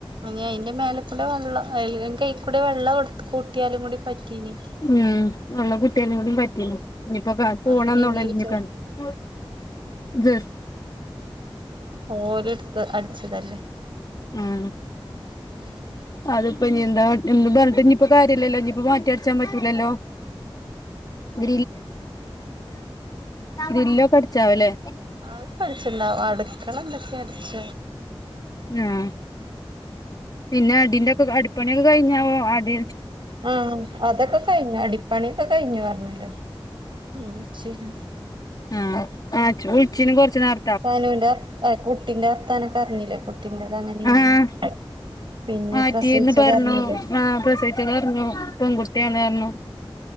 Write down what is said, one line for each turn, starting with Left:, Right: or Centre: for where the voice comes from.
Right: ഇനി അയിന്റെ മേലെക്കൂടെ വെള്ള അല്ലെങ്കി അയ് കൂടെ വെള്ള കൊടുത്ത് കൂട്ടിയാലും കൂടി പറ്റീനി
Left: ഉം വെള്ള കൂട്ടിയാ കൂടിം പറ്റീനി ഇനിപ്പോ കാക്കു പോണന്നുള്ള
Right: അയിന് ഇനി ഒരു ചോർ
Left: കാണ ആഹ് ജ
Right: ഓര്ടുത്ത് അടിച്ചതല്ലേ
Left: ആം
Right: <inaudible>
Left: അതിപ്പ ഇനി എന്താ എന്ത പറഞ്ഞട്ട്പ്പ കാര്യല്ലല്ലോ ഇനിപ്പോ മാറ്റി അട്ച്ചാൻ പറ്റൂലല്ലോ ഗ്രില്ലടിച്ചാവല്ലേ ഗ്രില്ലൊക്കെ അടിച്ചാവല്ലേ
Right: ആ ഇപ്പൊ അടച്ചിണ്ടാവ അടുക്കള എന്തൊക്കെ അടിച്ച
Left: ആഹ് പിന്നെ അടിന്റെ ഒക്കെ അടിപ്പണിയൊക്കെ കഴിഞ്ഞാവോ അത്
Right: ആഹ് അതൊക്കെ കഴിഞ്ഞു അടിപ്പണിയൊക്കെ കഴിഞ്ഞു പറഞ്ഞല്ലോ ഉം ശെഹ്
Left: ആഹ് ആ ചോയിച്ചിനും കൊറച്ച് നേര
Right: സനുവിന്റെ വർത്താ കുട്ടിന്റെ വർത്താനൊക്കറിഞ്ഞില്ലേ കുട്ടിന്റെ അത് അങ്ങനെ ഇങ്ങനെ
Left: ആഹ്
Right: പിന്നെ
Left: മാറ്റീന്ന്
Right: പ്രസവിച്ചത്
Left: പറഞ്ഞു
Right: അറിഞ്ഞില്ലേ
Left: ആ പ്രസ- അറിഞ്ഞു പെൺകുട്ടിയാണ്‌ പറഞ്ഞു